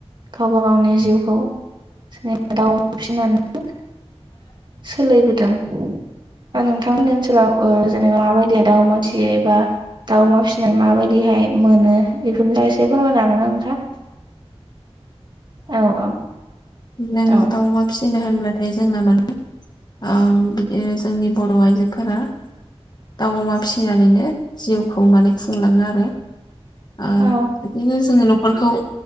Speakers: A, on the right; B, on the left.
A: गावबा गावनि जिउखौ जेनेबा दाव फिनानैबो सोलिबोदों दा नोंथांमोननि ओनसोलाव ओ जेनेबा माबायदि दाउ अमा फिसियोबा दाव अमा फिसिनाय माबायदिहाय मोनो बेफोरनि फाय फोरमायनो हागोन नोंथां औ औ
B: द
A: औ
B: दाव म <unintelligible> फिसिनो होनब्लाथाय जोंना माने औ बिदि जोंनि बर' आइजोफोरा दाउ अमा फिनानैनो जिउखौ माने खुंलाङो आरो ओ
A: औ
B: बिदिनो जोंङो न'खरखौ